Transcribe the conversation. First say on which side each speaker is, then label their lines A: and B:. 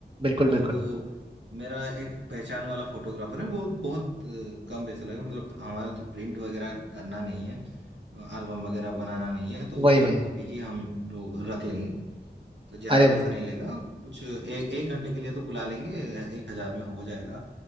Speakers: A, on the right; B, on the right.
A: बिल्कुल बिल्कुल
B: तो मेरा एक पहचान वाला फोटोग्राफर है वो बहुत अ, कम पैसा लगेगा मतलब हमारा तो प्रिंट वगैरह करना नहीं है एल्बम वगैरह बनाना नहीं है तो
A: वही
B: सॉफ्ट
A: वही
B: कॉपी ही हम लोग रख लेंगे तो ज्यादा
A: अरे
B: पैसा
A: वाह,
B: नहीं लेगा कुछ एक एक घंटे के लिए तो बुला लेंगे एक हजार में हो जाएगा